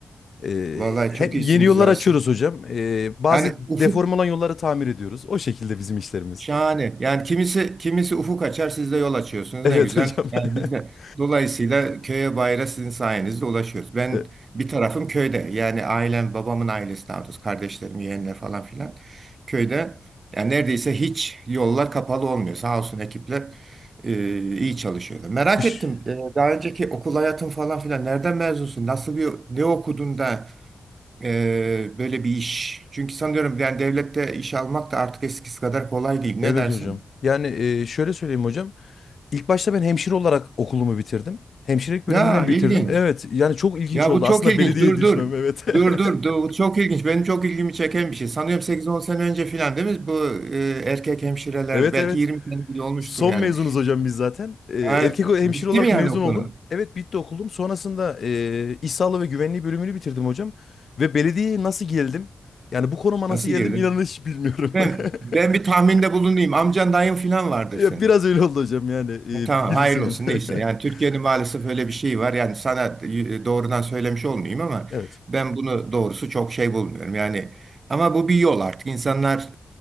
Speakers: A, on the left (about 55°); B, on the right (about 45°).
A: Ee,
B: Vallahi
A: hem
B: çok iyisiniz
A: yeni yollar
B: ya
A: açıyoruz
B: siz.
A: hocam. Ee, bazı
B: Yani ufuk
A: deform olan yolları tamir ediyoruz. O şekilde bizim işlerimiz.
B: Şahane. Yani kimisi kimisi ufuk açar, siz de yol açıyorsunuz.
A: Evet
B: Ne güzel.
A: hocam.
B: Yani biz de
A: <laughs>
B: dolayısıyla köye bayra sizin sayenizde ulaşıyoruz. Ben
A: E,
B: bir tarafım köyde. Yani ailem, babamın ailesi daha doğrusu, kardeşlerim, yeğenler falan filan köyde. Yani neredeyse hiç yollar kapalı olmuyor. Sağ olsun ekipler e, iyi çalışıyorlar. Merak
A: Kış.
B: ettim. e, daha önceki okul hayatın falan filan nereden mezunsun? Nasıl bir ne okudun da ee, böyle bir iş. Çünkü sanıyorum yani devlette iş almak da artık eskisi kadar kolay değil. Ne
A: Evet
B: dersin?
A: hocam. Yani e, şöyle söyleyeyim hocam. İlk başta ben hemşire olarak okulumu bitirdim. Hemşirelik
B: Ya
A: bölümünden
B: ilginç.
A: bitirdim. Evet, yani çok ilginç
B: Ya
A: oldu.
B: bu çok
A: Aslında
B: ilginç.
A: belediyeye
B: Dur
A: düşmem,
B: dur.
A: evet.
B: Dur dur. dur.
A: <laughs>
B: Bu çok ilginç. Benim çok ilgimi çeken bir şey. Sanıyorum sekiz on sene önce filan değil mi? Bu e, erkek hemşirelerdi.
A: Evet,
B: Belki
A: evet.
B: 20 sene bile olmuştur
A: Son
B: yani.
A: mezunuz hocam biz zaten. Ee,
B: Ha,
A: erkek o- hemşire
B: bitti
A: olarak
B: mi yani
A: mezun
B: o
A: oldum.
B: konu?
A: Evet, bitti okulum. Sonrasında e, iş sağlığı ve güvenliği bölümünü bitirdim hocam. Ve belediyeye nasıl geldim? Yani bu konuma
B: Nasıl
A: nasıl geldim
B: girdin?
A: inanın hiç bilmiyorum.
B: Ben,
A: <laughs>
B: ben bir tahminde bulunayım. Amcan dayın filan vardır
A: Ya
B: senin.
A: biraz öyle oldu hocam yani e,
B: Tamam
A: bilirsiniz.
B: hayırlı olsun neyse. Yani
A: <laughs>
B: Türkiye'nin maalesef öyle bir şeyi var. Yani sana e, doğrudan söylemiş olmayayım ama
A: Evet.
B: ben bunu doğrusu çok şey bulmuyorum. Yani ama bu bir yol artık. İnsanlar